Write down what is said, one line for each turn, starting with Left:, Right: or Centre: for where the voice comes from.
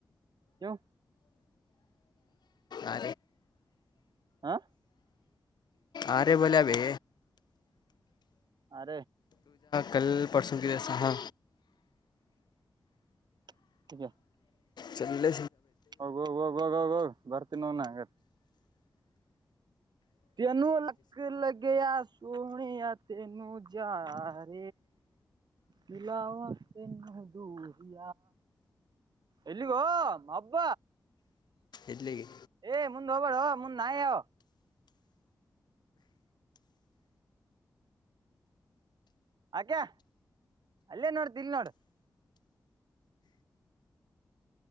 Right: ಯಾವ
Left: ಆ
Right: ಆಾ
Left: ಅರೆೇ ಬಲ ಭೇ
Right: ಅ
Left: ಕಲ್ ಪಸೂಗೆ ಜಯಸ ಹಾ
Right: ೆ
Left: ಚಲ್ಲ
Right: ಹೋಗೋಗೋಗೋಗೋಗೋಗ ಬರ್ತೀನೋ ನ ಹಾಗಂಗ ತನುೂ ಲಕ್ಕ ಲಗ ಯ ಸೋಣ ಯ ತೆನುೂ ಜಾರ ಮಲವ ತೆನುೂ ದೂರಿ ಎಲ್ಲಿಗೋ ಅಬ್ಬ
Left: ಇಡ್ಲಿಗೆ
Right: ಏ ಮುಂದು ಹಬರ ಹ ಮುನ್ ನಾಯ ಹ ಆಕ್ಯಾ ಅಲ್ಲೇ ನೋಡ ದಲ್ ನೋಡು